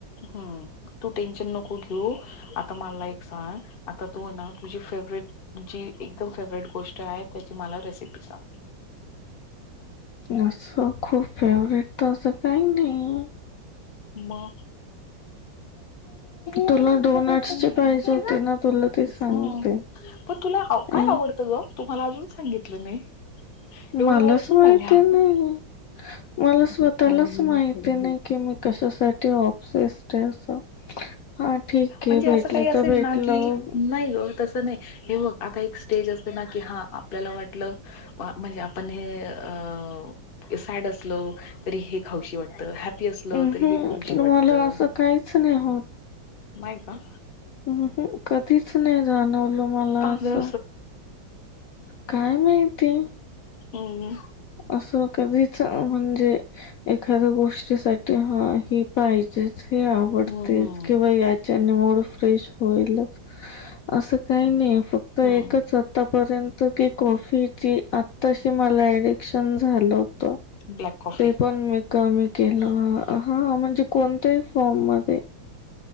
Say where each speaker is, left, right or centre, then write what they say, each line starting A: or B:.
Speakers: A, on the left; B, on the left.
A: हम्म तू टेन्शन नको घेऊ. आता मला एक सांग आता तू ना तुझी फेवरेट जी एकदम फेव्हरेट गोष्ट आहे. त्याची मला रेसिपी सांग.
B: असं खूप फेवरेट तर असं काही नाही.
A: मग
B: तुला डोनट्सची पाहिजे होती ना तुला. ती सांगते.
A: ह पण तुला काय
B: आण
A: आवडतं ग तू मला अजून सांगितलं नाही
B: <unintelligible>
A: एवढे
B: मलाच
A: वर्ष
B: माहिती
A: झाले आपण
B: नाही मला स्वत त्स्वतः लाच माहिती नाही की मी कशासाठी ऑपसेसट आहे असं. हा ठीक आहे
A: म्हणजे असं
B: भेटलं
A: काही असेल
B: तर भेटलं
A: ना कि नाही ग तसं नाही. हे बघ आता एक स्टेज ना की हा आपल्याला वाटलं. म्हणजे आपण हे अ सॅड असलो तरी हे खाऊशी वाटतं. हॅपी असलो
B: उहुं.
A: तरी हे खाऊशी वाटतं.
B: मला असं काहीच नाही होत.
A: माय का?
B: हम् कधीच नाही जाणवलं मला
A: का
B: असं.
A: ग
B: काय माहिती?
A: हम्.
B: असं कधीच म्हणजे. एखाद्या गोष्टीसाठी हा हे पाहिजेच हे आहे. आवडतेच
A: हम्म हम्म
B: किंवा यांच्याशी मूड फ्रेश होईलच. असं काही नाही फक्त एकच
A: हम्म
B: आतापर्यंत कि कॉफी- कि आता शि मला एडिकशन झालं होत‌.
A: ब्लॅक कॉफी
B: पण मी कमी केलं हा म्हणजे कोणत्याही फॉर्म मध्ये